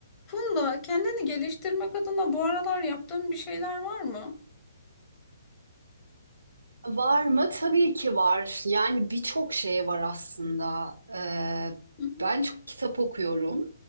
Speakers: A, on the left; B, on the right.
A: Funda, kendini geliştirmek adına bu aralar yaptığın bir şeyler var mı?
B: Var mı? Tabii ki var. Yani birçok şey var aslında. Ee,
A: Hı hı.
B: ben çok kitap okuyorum.